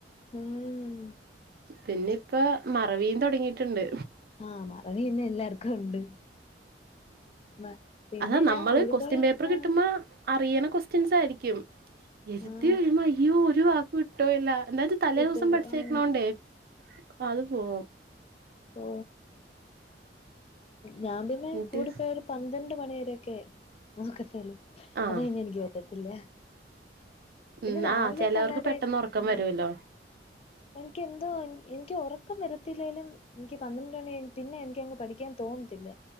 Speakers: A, on the left; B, on the right.
A: ഉം
B: പിന്നെ ഇപ്പ മറവിയും തോടങ്ങിട്ട്ണ്ട്
A: ആഹ് മറവി തന്നെ എല്ലാർക്കും ഇണ്ട് മ പിന്നെ
B: അതാ
A: ഞാൻ
B: നമ്മള്
A: കൂടു
B: ക്വസ്റ്റ്യൻ
A: <unintelligible>
B: പേപ്പർ
A: ആഹ്
B: കിട്ടുമ്പോ അറിയണ കൊക്വസ്റ്റ്യൻസ് ആയിരിക്കും എരുതി
A: ആഹ്
B: ഒരു മയ്യോ ഒരു വാക്ക് വിട്ടോയല്ല എന്താ തലേ
A: കിട്ടുവല്ലോ
B: ദിവസം പഠിച്ചേക്കണോണ്ടേ
A: ആഹ്
B: അത് പോവും
A: ഓ ഞാൻ പിന്നെ
B: എന്നിട്ട്
A: കൂടിപ്പോയ ഒരു പന്ത്രണ്ട് മണി വരൊക്കെ ആക്കത്തേളു
B: ആഹ്
A: അതഞ്ഞ എനിക്ക് പറ്റത്തില്ല പിന്നെ
B: ഉം
A: രാവിലെയൊക്കെ
B: ആഹ് ചെലവർക്ക്
A: അല്ലാതെ
B: പെട്ടെന്ന് ഒറക്കം
A: ആഹ്
B: വരുവല്ലോ.
A: എനിക്ക് എന്തോ എനിക്ക് ഒറക്കം വരത്തില്ലേലും എൻക്കി പന്ത്രണ്ട് മണിയായ പിന്നെ എനിക്കങ്ങ് പഠിക്കാൻ തോന്നത്തില്ല